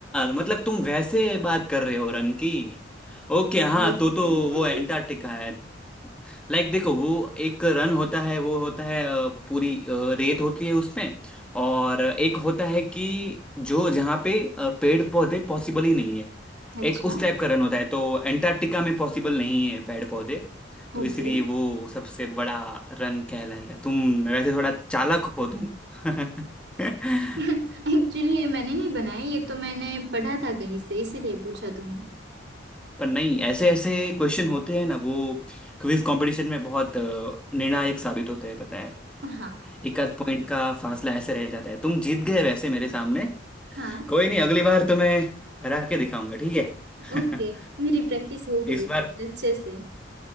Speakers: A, in the centre; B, on the right.
A: मतलब तुम वैसे बात कर रहे हो रन की ओके हाँ
B: वैसे
A: तो तो
B: कैसे
A: वो एंटार्क्टिका है लाइक like, देखो वो एक रन होता है वो होता है अ, पूरी अ, रेत होती है उसमें और एक होता है कि जो जहाँ पे अ, पेड़ पौधे पॉसिबल ही नहीं है
B: अच्छा
A: एक उस टाइप का रन होता है तो एंटार्क्टिका में पॉसिबल नहीं है पेड़ पौधे तो
B: ओके
A: इसलिए वो सबसे बड़ा रन कहलाएगा तुम वैसे थोड़ा चालाक हो तुम <laughs>
B: एक्चुअली मैंने नहीं बनाई ये तो मैंने पढ़ा था कहीं से इसीलिए पूछा तुमने
A: पर नहीं ऐसे ऐसे क्वेश्चन होते हैं ना वो क्विज कंपटीशन में बहुत अ, निर्णायक साबित होते हैं पता है
B: हाँ
A: एक आध पॉइंट का फासला ऐसे रह जाता है तुम जीत गए वैसे मेरे सामने
B: हाँ
A: कोई नहीं अगली बार तुम्हें हरा के दिखाऊंगा ठीक है
B: ओके
A: <laughs>
B: मेरी प्रैक्टिस हो
A: इस
B: गई
A: बार
B: अच्छे से